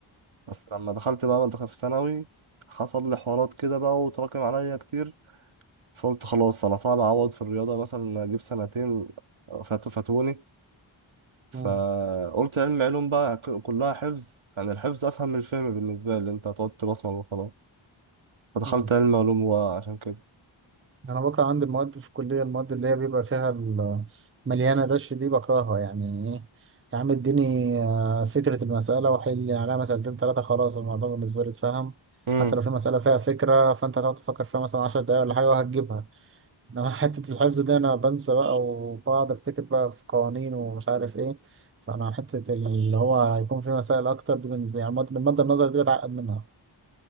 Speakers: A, on the right; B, on the right.
A: بس لما دخلت بقى دخلت في ثانوي حصل لي حوارات كده بقى وتراكم عليا كتير فقلت خلاص انا صعب اعوض في الرياضه مثلا اجيب سنتين فاتوا فاتوني فقلت
B: مم.
A: علم علوم بقى ك- كلها حفظ يعني الحفظ أسهل من الفهم بالنسبة لي أنت هتقعد تبصمج وخلاص فدخلت
B: مم.
A: علم علوم وعشان كده
B: انا بكره عندي المواد في الكليه المواد اللي هي بيبقى فيها ال- مليانه دش دي بكرهها يعني ايه يا عم اديني آه، فكره المساله وحل عليها مسألتين ثلاثه خلاص الموضوع بالنسبه لي اتفهم
A: امم
B: حتى لو في مساله فيها فكره فانت هتقعد تفكر فيها مثلا 10 دقايق ولا حاجه وهتجيبها انما <laughs> حته الحفظ دي انا بنسى بقى وبقعد افتكر بقى في قوانين ومش عارف ايه فانا حته اللي هو هيكون في مسائل اكتر دي بالنسبه لي يعني الماده المادة النظري دي بتعقد منها